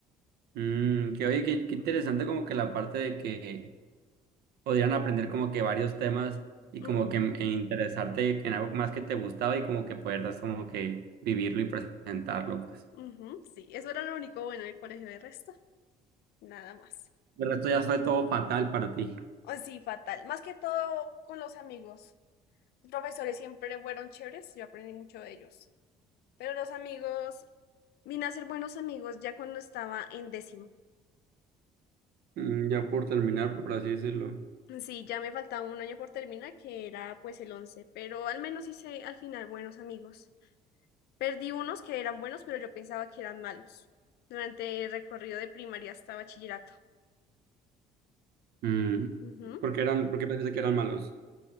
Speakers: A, on the right; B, on the left.
A: Mm, que oye, que qué interesante como que la parte de que podrían aprender como que varios temas y
B: Ujú,
A: como que en- e interesarte en algo más que te gustaba y como que puedas como que vivirlo y presentarlo, pues.
B: ujú, sí, eso era lo único bueno del colegio de resto, nada más.
A: De resto ya fue todo fatal para ti.
B: Oh, sí, fatal. Más que todo con los amigos. Los profesores siempre fueron chéveres, yo aprendí mucho de ellos. Pero los amigos, vine a ser buenos amigos ya cuando estaba en décimo.
A: Mm, ya por terminar, por así decirlo.
B: Sí, ya me faltaba un año por terminar, que era pues el once. pero al menos hice al final buenos amigos. Perdí unos que eran buenos, pero yo pensaba que eran malos durante el recorrido de primaria hasta bachillerato.
A: Mm,
B: Ujú.
A: ¿por qué eran, por qué pensaste que eran malos?